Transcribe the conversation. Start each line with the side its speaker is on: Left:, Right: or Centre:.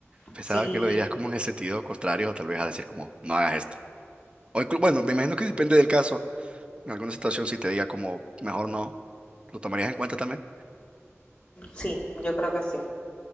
Right: Pensaba
Left: Sí,
Right: que lo dirías como en el sentido contrario, tal vez a decir como, no hagas esto. O inclu- bueno, me imagino que depende del caso. En alguna situación, si te diga como, mejor no, ¿lo tomarías en cuenta también?
Left: sí, yo creo que sí.